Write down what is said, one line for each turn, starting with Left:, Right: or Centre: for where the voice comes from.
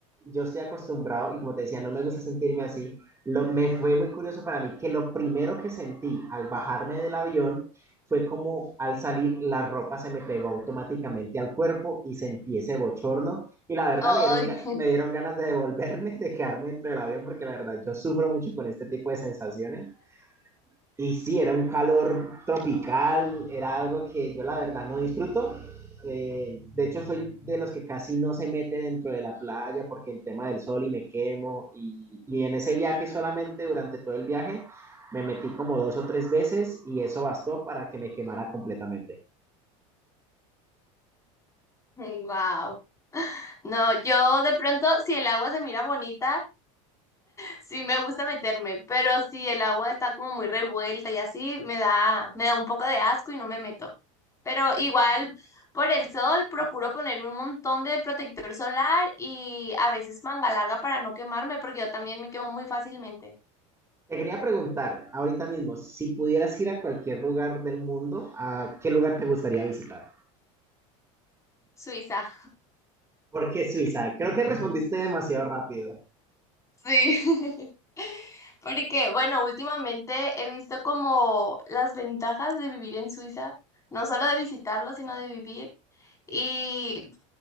Right: yo estoy acostumbrado y como te decía, no me gusta sentirme así. Lo, me fue muy curioso para mí que lo primero que sentí al bajarme del avión fue como al salir la ropa se me pegó automáticamente al cuerpo y sentí ese bochorno y la verdad
Left: Ay,
Right: me dieron, ga- me dieron ganas de devolverme, <laughs> de quedarme dentro del avión porque la verdad yo sufro mucho con este tipo de sensaciones y sí, era un calor tropical, era algo que yo la verdad no disfruto. Eh, de hecho, soy de los que casi no se mete dentro de la playa porque el tema del sol y me quemo. Y, y en ese viaje solamente, durante todo el viaje, me metí como dos o tres veces y eso bastó para que me quemara completamente.
Left: <laughs> wow. No, yo de pronto, si el agua se mira bonita, Sí, me gusta meterme, pero si el agua está como muy revuelta y así, me da, me da un poco de asco y no me meto. Pero igual, por el sol, procuro ponerme un montón de protector solar y a veces manga larga para no quemarme, porque yo también me quemo muy fácilmente.
Right: Te quería preguntar ahorita mismo, si pudieras ir a cualquier lugar del mundo, ¿a qué lugar te gustaría visitar?
Left: Suiza.
Right: ¿Por qué Suiza? Creo que respondiste demasiado rápido.
Left: Sí. <laughs> Porque, bueno, últimamente he visto como las ventajas de vivir en Suiza, no solo de visitarlo, sino de vivir. Y